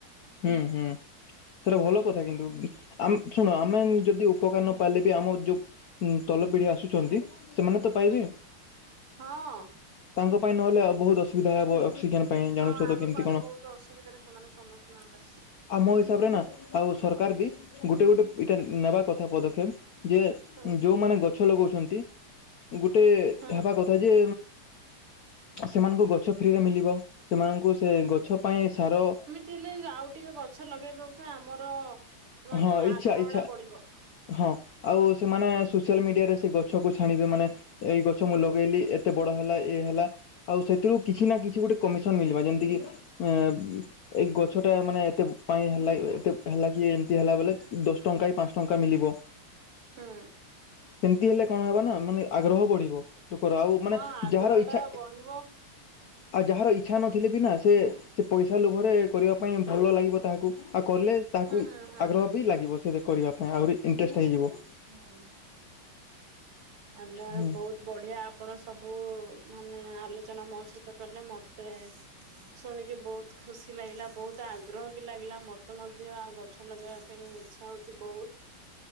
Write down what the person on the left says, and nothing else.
ହୁଁ ହୁଁ ସେଟା
ଭଲ କଥା କିନ୍ତୁ। ଆମ ଶୁଣ ଆମେ ଯଦି ଉପକାର ନପାଇଲେ ବି ଆମ ଯୋଉ ତଲ ପିଢି ଆସୁଛନ୍ତି ସେମାନେ ତ ପାଇବେ।
ତାଙ୍କ ପାଇଁ ନହେଲେ ଆଉ ବହୁତ ଅସୁବିଧା ହେବ ଅକ୍ସିଜେନ ପାଇଁ ଜାଣୁଛ
ତ
କେମିତି
କଣ।
ଆମ ହିସାବରେ ନା ଆଉ ସରକାର
ବି ଗୋଟେ ଗୋଟେ ଏଇଟା ନେବା କଥା ପଦକ୍ଷେପ। ଯେ
ଯୋଉମାନେ ଗଛ ଲଗଉଛନ୍ତି ଗୋଟେ
ହେବା କଥା ଯେ ସେମାନଙ୍କୁ ଗଛ ଫ୍ରିରେ ମିଳିବ ସେମାନଙ୍କୁ ସେ ଗଛ ପାଇଁ ସାର
ହଁ ଇଚ୍ଛା
ଇଚ୍ଛା
ହଁ ଆଉ ସେମାନେ ସୋସିଆଲ ମିଡିଆରେ ସେ ଗଛକୁ ଛାଣିବେ ମାନେ ଏଇ ଗଛ ମୁଁ ଲଗେଇଲି ଏତେ ବଡ ହେଲା ଏଇ ହେଲା। ଆଉ ସେଥିରୁ କିଛି ନା କିଛି ଗୋଟେ କମିଶନ ମିଳିବା ଯେମିତି କି ଏ ଏଇ ଗଛ ଟା ମାନେ ଏତେ ପାଇଁ ହେଲା ଏତେ ହେଲା କି ତି ହେଲାବଲେ
ଦଶ
ଟଙ୍କା କି ପାଞ୍ଚ ଟଙ୍କା ମିଳିବ।
ସେମିତି ହେଲେ କଣ ହେବ ନା ମାନେ ଆଗ୍ରହ ବଢିବ। ଲୋକର ଆଉ ମାନେ
ଯାହାର ଇଛା
ଆଉ ଯାହାର
ଇଚଛା ନଥିଲେ ବି ନା ସେ ସେ ପଇସା ଲୋଭରେ କରିବା ପାଇଁ ଭଲ ଲାଗିବ ତାହାକୁ ଆଉ କଲେ ତାହାକୁ
ଆଗ୍ରହ
ବି ଲାଗି ଯିବ ସେ କରିବା ପାଇଁ ଆହୁରି ଇଣ୍ଟରେଷ୍ଟ ହେଇଯିବ।
ହୁଁ